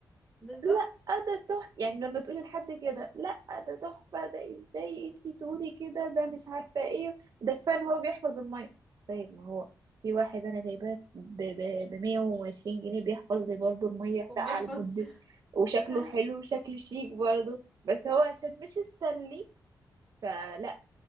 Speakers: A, in the centre; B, on the right.
A: بالظبط
B: لا ده تحفة يعني لما تقولي لحد كده لا ده تحفة ده ازاي انتي تقولي كده ده مش عارفة ايه ده كفاية ان هو بيحفظ المية طيب ما هو في واحد انا جايباه ب 120 جنيه بيحفظ لي برضه المية
A: وبيحفظ
B: ساقعة لمدة وشكله
A: <laughs>
B: حلو وشكله شيك برضه بس هو عشان مش استنلي فلا